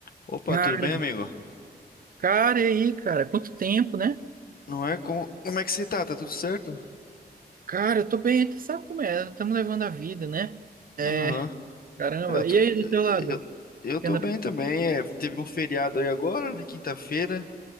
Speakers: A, on the left; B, on the right.
A: Opa,
B: Cara,
A: tudo bem, amigo?
B: cara, e aí, cara? Quanto tempo, né?
A: Não é? Com... Como é que você tá? Tá tudo certo?
B: Cara, eu tô bem, tu sabe como é? Estamos levando a vida, né? É,
A: Aham.
B: caramba.
A: Eu tô...
B: E aí,
A: Eu...
B: do teu lado?
A: eu tô
B: que anda
A: bem
B: pensando?
A: também. É, teve um feriado aí agora, na Quinta-feira.